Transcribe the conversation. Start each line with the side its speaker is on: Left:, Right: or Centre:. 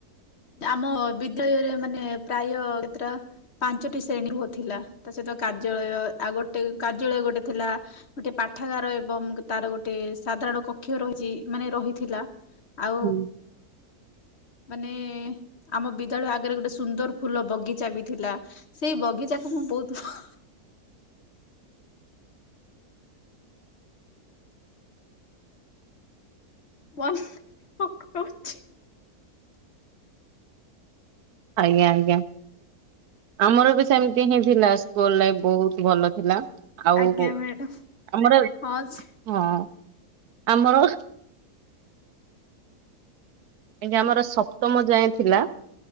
Left: ଆମ ବିଦ୍ୟାଳୟରେ ମାନେ ପ୍ରାୟ କେତଟା ପାଞ୍ଚଟି ଶ୍ରେଣୀ ଘୂହ ଥିଲା ତା ସହିତ କାର୍ଯ୍ୟାଳୟ ଆଉ ଗୋଟେ କାର୍ଯ୍ୟାଳୟ ଗୋଟେ ଥିଲା। ଗୋଟେ ପାଠାଗାର ଏବଂ ତାର ଗୋଟେ ସାଧାରଣ କକ୍ଷ ରହିଛି ମାନେ ରହିଥିଲା ଆଉ
Right: ହୁଁ।
Left: ମାନେ ଆମ ବିଦ୍ୟାଳୟ ଆଗରେ ଗୋଟେ ସୁନ୍ଦର ଫୁଲ ବଗିଚା ବି ଥିଲା। ସେଇ ବଗିଚାକୁ ମୁଁ ବହୁତ ଭ ହ ୱନ୍‌ ମୁଁ କହୁଛି
Right: ଆଜ୍ଞା ଆଜ୍ଞା। ଆମର ବି ସେମିତି ହିଁ ଥିଲା ସ୍କୁଲ ଲାଇଫ ବହୁତ ଭଲ ଥିଲା। ଆଉ
Left: ଆଜ୍ଞା ମ୍ୟାଡ଼ାମ
Right: ଆମର
Left: ହଁ ସେ
Right: ହଁ ଆମର ଆଜ୍ଞା ଆମର ସପ୍ତମ ଯାଏଁ ଥିଲା।